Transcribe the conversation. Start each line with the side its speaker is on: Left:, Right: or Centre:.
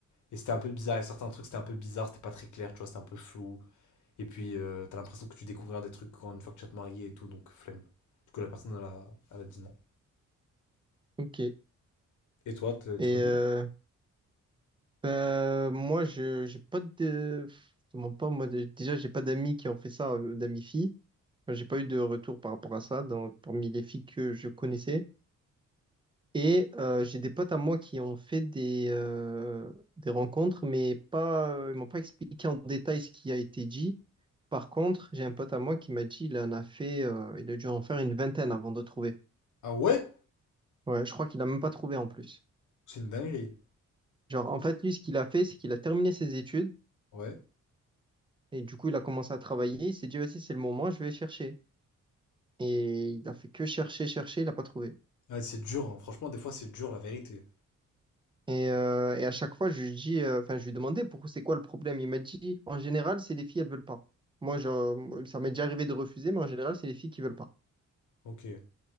Left: Et c'était un peu bizarre. Il y a certains trucs, c'était un peu bizarre, c'était pas très clair, tu vois, c'était un peu flou. Et puis, euh, t'as l'impression que tu découvriras des trucs quand, une fois que tu vas te marier et tout, donc flemme. Du coup, la personne, elle a, elle a dit non.
Right: Ok. Et
Left: Et toi, te- tu
Right: euh,
Left: connais?
Right: ben, moi, je j'ai pas de. Je te mens pas. Moi, dé- déjà, j'ai pas d'amis qui ont fait ça, euh, d'amis filles. Enfin, J'ai pas eu de retour par rapport à ça dans, parmi les filles que je connaissais. Et euh, j'ai des potes à moi qui ont fait des, euh, des rencontres, mais pas, euh, ils m'ont pas expliqué en détail ce qui a été dit. Par contre, j'ai un pote à moi qui m'a dit il en a fait, euh, il a dû en faire une vingtaine avant de trouver.
Left: Ah ouais?
Right: Ouais, je crois qu'il a même pas trouvé en plus.
Left: C'est une dinguerie.
Right: Genre, en fait, lui, ce qu'il a fait, c'est qu'il a terminé ses études
Left: Ouais.
Right: et du coup, il a commencé à travailler. Il s'est dit, vas-y, c'est le moment, je vais chercher. Et il a fait que chercher, chercher, il n'a pas trouvé.
Left: Ouais, c'est dur, hein. Franchement, des fois, c'est dur, la vérité.
Right: Et, euh, et à chaque fois, je lui dis, euh, enfin, je lui demandais pourquoi c'est quoi le problème. Il m'a dit, en général, c'est les filles, elles veulent pas. Moi, je, ça m'est déjà arrivé de refuser, mais en général, c'est les filles qui veulent pas.
Left: Ok.